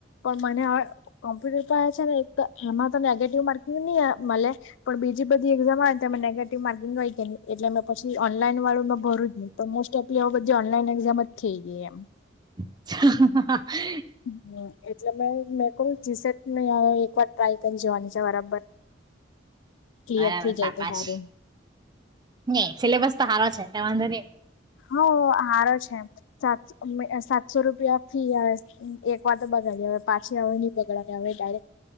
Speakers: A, on the left; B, on the right.
A: પણ મને હવે કોમ્પ્યુટર છે ને એક તો એમાં તો નેગેટિવ માર્કિંગ નહી મળે પણ બીજી બધી એક્ઝામ આવેને અમે નેગેટિવ માર્કિંગ હોય કે ન એટલે મે પછી ઓનલાઈન વાળું મેં ભર્યું જ નહીં પણ મોસ્ટ ઓફલી બધી ઓનલાઈન એક્ઝામ જ થઈ ગઈ એમ.
B: <inaudible>
A: હમ એટલે મેં મેં કહુ જીસટ એક વાર ટ્રાય કરી જવાની છે બરાબર. ક્લિયર
B: બરાબર
A: થઈ
B: શાબાશ.
A: જાય તો સારું
B: નહી સિલેબસ તો હારો છે વાંધો નહી.
A: હ હારો છે સાસો સાતસો રૂપ ફી એક વાર તો બગાડી હવે પાછી હવે નહી બગાડ હવે ડાયરેક્ટ